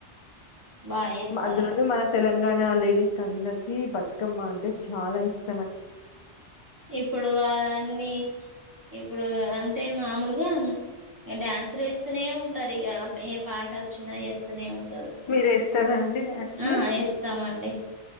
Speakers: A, on the right (about 20°); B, on the left (about 45°).
A: బా ఏస్తారు.
B: అందులోనే మన తెలంగాణ లేడీస్ క అందరికీ బతుకమ్మ అంటే చాలా ఇష్టం
A: ఇప్పుడు అవన్నీ ఇప్పుడు అంతే మామూలుగా ఇక డ్యాన్సులు వేస్తూనే ఉంటారు ఇక ఏ పాట వచ్చినా వస్తూనే ఉంటారు
B: మీరేస్తారా అండి డాన్స్‌లు?
A: ఆ ఎస్తాం అండి